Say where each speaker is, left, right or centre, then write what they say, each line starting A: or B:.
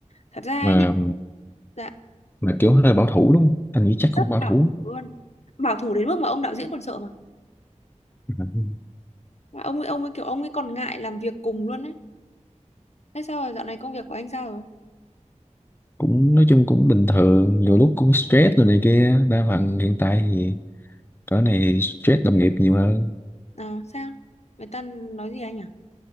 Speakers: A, on the left; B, on the left.
A: thật ra
B: mà
A: ấy nhỉ, dạ
B: mà kiểu hơi bảo thủ đúng không anh nghĩ chắc cũng
A: rất
B: bảo
A: bảo
B: thủ
A: thủ luôn bảo thủ đến mức mà ông đạo diễn còn sợ mà
B: <laughs>
A: mà ông ấy ông ấy kiểu ông ấy còn ngại làm việc cùng luôn đấy thế sao rồi dạo này công việc của anh sao rồi
B: Ừ. cũng nói chung cũng bình thường nhiều lúc cũng stress rồi này kia đa phần hiện tại thì cỡ này stress đồng nghiệp nhiều hơn
A: à sao người ta nói gì anh à